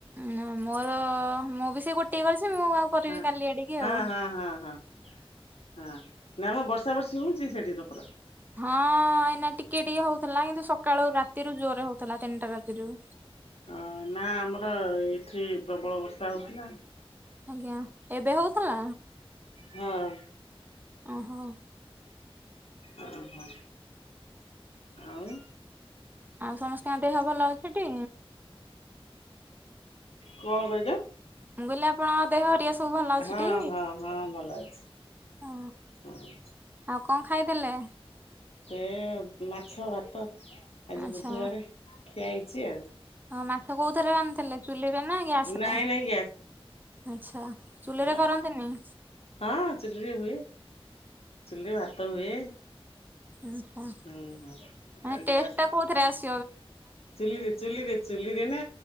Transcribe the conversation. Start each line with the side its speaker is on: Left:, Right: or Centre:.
Right: ନାଁ ମୋର ମୁଁ ବି ସେଇ ଗୋଟିଏ କରିଛି ମୁଁ ଆଉ କରିବି
Left: ହଁ,
Right: କାଲି ଆଡିକି
Left: ହଁ,
Right: ଆଉ।
Left: ହଁ, ହଁ, ହଁ। ହଁ ନାଁ ମ ବର୍ଷା ବର୍ଷି ହଉଛି ସେଠି ତମର?
Right: ହଁ ଏଇନା ଟିକେ ଟିକେ ହଉଥିଲା କିନ୍ତୁ ସକାଳୁ ରାତିରୁ ଜୋରରେ ହଉଥିଲା ତିନିଟା ରାତିରୁ।
Left: ଅ ନା ଆମର ଏଠି ପ୍ରବଳ ବର୍ଷା ହଉଥିଲା।
Right: ଆଜ୍ଞା ଏବେ ହଉଥିଲା,
Left: ହଁ।
Right: ଓହୋ।
Left: ଓହୋ। ଆଉ?
Right: ଆଉ ସମସ୍ତଙ୍କ ଦେହ ଭଲ ଅଛିଟି?
Left: କଣ କହିଲ?
Right: ମୁଁ କହିଲି ଆପଣଙ୍କ ଦେହ ହରିଆ ସବୁ ଭଲ ଅଛି
Left: ହଁ
Right: ଟି?
Left: ହଁ ହଁ ଭଲ ଅଛି।
Right: ହଁ
Left: ହଁ
Right: ଆଉ କଣ ଖାଇଥିଲେ?
Left: ଏ ମାଛ, ଭାତ ଆଜି
Right: ଆଚ୍ଛା।
Left: ବୁଧବାରେ ଖିଆ ହେଇଚି ଆଉ।
Right: ହଁ ମାଛ କୋଉଥିରେ ରାନ୍ଧିଥିଲେ ଚୁଲିରେ ନା ଗ୍ୟାସ୍
Left: ନାଇଁ
Right: ରେ?
Left: ନାଇଁ ଗ୍ୟାସରେ
Right: ଆଛା, ଚୁଲିରେ
Left: ହଁ।
Right: କରନ୍ତନି?
Left: ହଁ ଚୁଲିରେ ହୁଏ, ଚୁଲିରେ ଭାତ ହୁଏ।
Right: ଆଛା ମାନେ
Left: ହୁଁ ହୁଁ। ଆଉ ଗ୍ୟାସରେ
Right: ଟେଷ୍ଟ ଟା କୋଉଥିରେ ଆସ
Left: ଚୁଲିରେ, ଚୁଲିରେ, ଚୁଲିରେ ନା।